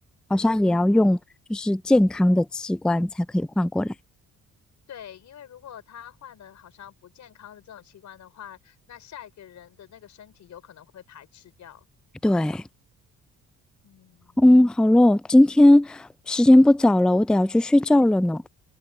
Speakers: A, in the centre; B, on the left (about 70°).
A: 好像也要用就是健康的器官才可以换过来。
B: 对，因为如果他换的好像不健康的这种器官的话，那下一个人的那个身体有可能会排斥掉。
A: 对，
B: 嗯
A: 嗯，好咯，今天时间不早了，我得要去睡觉了呢。